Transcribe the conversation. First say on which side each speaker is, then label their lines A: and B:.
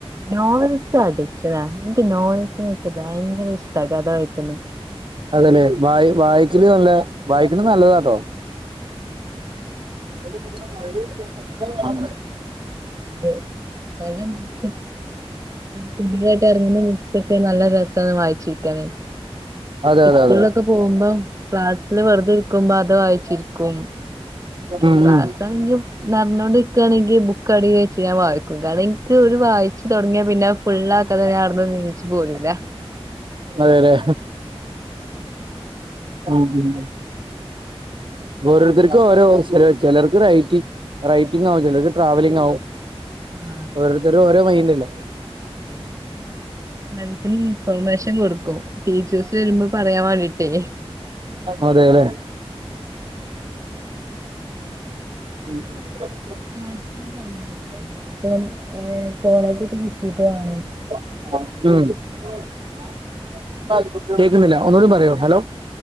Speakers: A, on the right; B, on the right.
A: നോവൽസടി ക്ഷനാ ഇൻക്ക് നോവൽസ്ന്ന് വെച്ചാ ഭയങ്കരഷ്ട്ടാ കഥ വായിക്കുന്നെ
B: അതെല്ലെ വായ് വായ്ക്കുന്നെ നല്ല വായിക്ക്ണത് നല്ലതാട്ടോ <unintelligible>
A: <unintelligible> ഉം പുതുതായിട്ട് എറങ്ങുന്ന ബുക്സൊക്കെ നല്ല രസാ വായിച്ചിരിക്കാനാ
B: അതെ അതെ
A: സ്കൂളിലൊക്കെ
B: അതെ
A: പോകുമ്പം ക്ലാസ്സില് വെറുതെ ഇര് ക്കുംമ്പ അത് വായിച്ചിരിക്കും
B: ഉം
A: ക്ലാസാണെങ്കി
B: ഉം
A: നടന്നോണ്ടിരിക്കാണെങ്കിൽ ബു ക്കടീ വെച്ച് ഞാൻ വായി ക്കും കാരണം ഇൻക്ക് ഒരു വായിച്ച് തൊടങ്ങിയ പിന്നെ അത് ഫുള്ളാക്കതെ ഞാൻ അവിട്ന്ന് നീച്ച് പോരൂല്ല.
B: അതെലേ ആഹ് ഉം ഓരോരുത്തർക്കും ഓരോ അവസര ചെലർക്ക് റൈറ്റി റൈറ്റിംങ്ങ് ആവും ചെലോർക്ക് ട്രാവലിംങ്ങാവും
A: ആ
B: ഓരോരുത്തര് ഓരോ മൈന്റല്ലേ
A: ഫ്രിണ്ട്സ്ന് ഇൻഫർമേഷൻ കൊടുക്കും ടീച്ചേഴ്സ് വരുമ്പോ പറയാൻ വേണ്ടീട്ടേ
B: അതെലേ <unintelligible>
A: <unintelligible> ഇഞ്ഞ്പ്പം ഏഹ് കോളേജ് കിട്ടീട്ട് വാണം
B: <unintelligible> കേക്കുന്നില്ല ഒന്നുകൂടി പറയോ ഹലോ